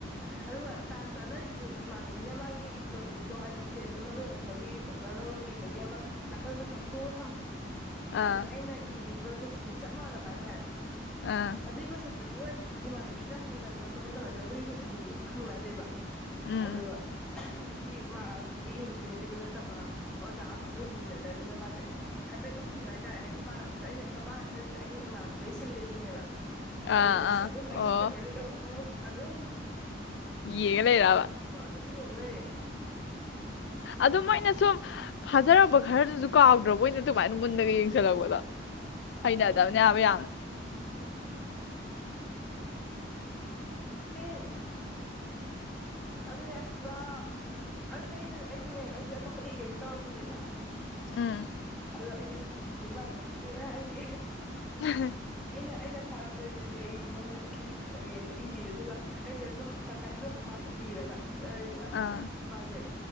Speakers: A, in the centre; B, on the left (about 60°).
A: ꯑꯗꯨꯒ ꯇꯥꯟ ꯆꯥꯅꯔꯤꯁꯨ ꯏꯃꯥꯟꯅꯕꯤꯅ ꯃꯥꯒꯤ ꯅꯣꯠꯕꯨꯛꯇꯣ ꯍꯥꯏꯗꯤ ꯄꯦꯖ ꯑꯃ ꯂꯣꯏꯔꯛꯄꯒꯤ ꯄꯦꯄꯔ ꯂꯧꯔ ꯏꯕꯒꯤ ꯑꯃ ꯅꯥꯀꯟꯗ ꯀꯥꯡꯊꯣꯛꯑꯒ ꯊꯝꯕꯗꯣ
B: ꯑꯥ
A: ꯑꯗ ꯑꯩꯅ ꯏꯔꯤꯕ ꯀꯣꯏꯁꯟꯁꯦ ꯆꯞ ꯃꯥꯟꯅꯕ ꯍꯥꯏꯇꯥꯔꯦ
B: ꯑꯥ
A: ꯑꯗꯨꯏ ꯀꯣꯏꯁꯟ ꯗꯨ ꯗꯤ ꯍꯣꯏ ꯏꯃꯥꯟꯅꯕꯤꯅ ꯍꯪꯅꯗꯅ ꯈꯣꯠꯇꯅ ꯇꯧꯋꯦꯗꯣ ꯑꯗꯨꯒꯤ ꯀꯣꯏꯁꯟꯗꯨꯗꯤ ꯍꯪꯅꯗꯦꯕ
B: ꯎꯝ
A: ꯑꯗꯨꯒ <unintelligible> ꯅꯨꯄꯤ ꯃꯥ ꯍꯧꯖꯤꯛꯀꯤ ꯏꯪꯂꯤꯁꯀꯤ ꯅꯨꯄꯤꯗꯨ ꯅꯠꯇꯕ ꯑꯣꯖꯥ ꯑꯇꯣꯞꯄ ꯏꯟꯚꯖꯤꯂꯦꯇꯔꯗꯨꯅ ꯃꯥꯁꯦ ꯍꯥꯏꯐꯦꯠ ꯎꯒꯤꯕ ꯍꯥꯏꯇꯥꯔꯦ ꯍꯥꯏꯗꯤ ꯃꯥꯟꯅꯕꯗꯨꯗ ꯑꯩꯅ ꯃꯥꯅ ꯈꯜꯂꯤꯁꯦ ꯑꯩꯅ ꯏꯃꯥꯟꯅꯕꯤꯗꯩ ꯁꯤꯜꯂꯦ ꯁꯤꯅꯦꯕ ꯑꯗꯩ
B: ꯑꯥ
A: ꯑꯁ
B: ꯑꯥ
A: ꯑꯗꯨꯝ ꯑꯩꯒꯤ
B: ꯑꯣ
A: ꯄꯦꯄꯔꯖꯦ ꯗꯨꯝ ꯑꯗꯨꯝ
B: ꯌꯦꯞ <unintelligible>
A: ꯗꯨꯝ ꯌꯦꯡꯉ ꯂꯩꯔꯦ
B: ꯑꯗꯨ ꯃꯣꯏꯅ ꯁꯨꯝ ꯐꯥꯖꯔꯝꯕ ꯈꯔꯗꯨꯁꯨ ꯀꯥꯎ ꯃꯣꯏꯅ ꯑꯗꯨꯃꯥꯏꯅ ꯃꯨꯟꯅꯒ ꯌꯦꯡꯁꯤꯜꯂꯛꯄꯗꯣ
A: ꯍꯣꯏ
B: ꯍꯩꯅꯗꯥꯕꯅꯦ ꯍꯥꯏꯕ ꯌꯥꯝꯅ
A: <inaudible> <unintelligible> ꯑꯗꯨꯅꯦ ꯑꯁ ꯄꯨꯔꯥ ꯑꯗꯨꯅꯦ ꯑꯩ ꯑꯩꯁꯨꯅꯦ ꯑꯩꯁꯦ ꯑꯇꯣꯞꯄ ꯏꯒꯦ ꯍꯦꯛ ꯇꯧꯔꯝꯕꯅꯦꯕ
B: ꯎꯝ
A: ꯑꯗꯣ ꯑꯩꯁꯦ ꯑꯗꯨꯝ ꯏꯕꯅꯤ ꯃꯥꯏ ꯃꯥꯡ ꯍꯦꯔꯥ ꯑꯩꯒꯤ
B: ꯑꯍꯦ
A: ꯑꯩꯅ ꯑꯩꯅ ꯐꯥꯔꯛꯄꯗꯨꯗꯤ ꯑꯩ ꯃꯉꯣꯟ ꯎꯠꯇꯗꯤ ꯎꯠꯂꯒꯦꯅ ꯏꯌꯦꯕ ꯑꯗꯨꯒ ꯑꯩꯁꯦ ꯑꯗꯨꯝ ꯇꯪꯈꯥꯏ ꯆꯜꯂꯛꯄ ꯀꯥꯟꯗꯣ ꯏꯔꯒ ꯆꯠꯔꯏꯗꯅ
B: ꯑꯥ
A: ꯄꯖꯩ